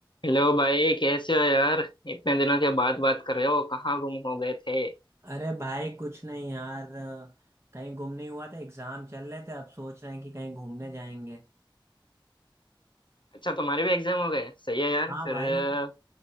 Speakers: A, on the left; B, on the right.
A: Hello भाई कैसे हो यार इतने दिनों के बाद बात कर रहे हो कहाँ गुम हो गए थे
B: अरे भाई कुछ नहीं यार कहीं घूमने हुआ था एग्जाम चल रहे थे अब सोच रहे हैं कि कहीं घूमने जाएंगे
A: अच्छा तुम्हारे भी एग्जाम हो गए सही है यार
B: हाँ
A: फिर
B: भाई
A: अ,